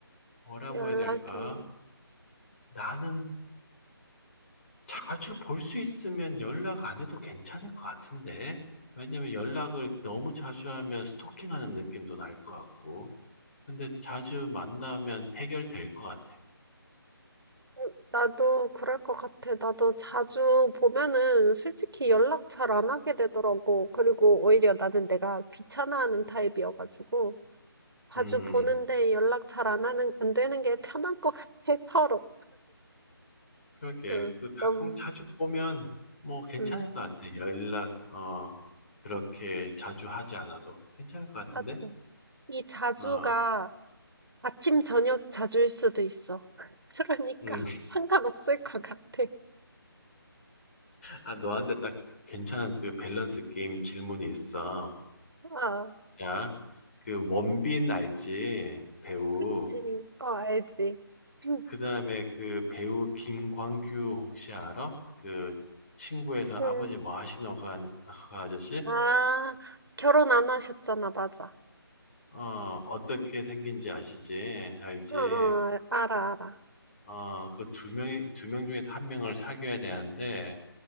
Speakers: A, on the left; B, on the right.
A: 뭐라고
B: 연락이.
A: 해야 될까? 나는 자주 볼 수 있으면 연락 안 해도 괜찮을 것 같은데. 왜냐면 연락을 너무 자주 하면 스토킹하는 느낌도 날 것 같고. 근데 자주 만나면 해결될 것 같아.
B: 어, 나도 그럴 것 같아. 나도 자주 보면은 솔직히 연락 잘 안 하게 되더라고. 그리고 오히려 나는 내가 귀찮아하는 타입이어가지고 자주
A: 음,
B: 보는데 연락 잘 안 하는 안 되는 게 편한 것 같아 <laughs> 서로.
A: 그러게.
B: 응,
A: 그 가끔
B: 너무
A: 자주 보면 뭐 괜찮을
B: 응,
A: 것 같아. 연락, 어, 그렇게 자주 하지 않아도 괜찮을 것 같은데?
B: 맞아. 이 자주가
A: 어,
B: 아침 저녁 자주일 수도 있어. <laughs> 그러니까
A: 음. <laughs>
B: 상관없을 것 같아.
A: 아, 너한테 딱 괜찮은 그 밸런스 게임 질문이 있어.
B: 아,
A: 자, 그 원빈 알지? 배우.
B: 그치. 어, 알지. 음.
A: 그다음에 그 배우 김광규 혹시 알아? 그 친구에서 아버지
B: 음.
A: 뭐 하시노 그, 아- 그 아저씨?
B: 아, 결혼 안 하셨잖아, 맞아.
A: 어, 어떻게 생긴지 아시지? 알지?
B: 어, 어, 알아, 알아.
A: 어, 그 두 명이 두 명 중에서 한 명을 사귀어야 되는데